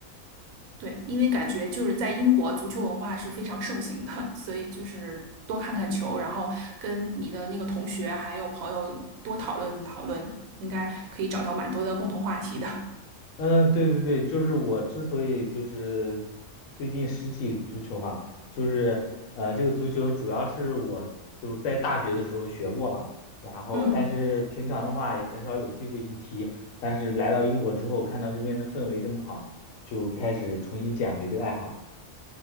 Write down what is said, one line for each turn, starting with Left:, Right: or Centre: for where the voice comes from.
Right: 对，因为感觉就是在英国足球文化是非常盛行的，<laughs> 所以就是多看看球，然后跟你的那个同学还有朋友多讨论讨论，应该可以找到蛮多的共同话题的。
Left: 嗯，对对对，就是我之所以就是最近拾起足球嘛，就是呃，这个足球主要是我就是在大学的时候学过嘛，然后但是平常的话也很少有机会去踢，
Right: 嗯，
Left: 但是来到英国之后，看到这边的氛围这么好，就开始重新捡回这个爱好。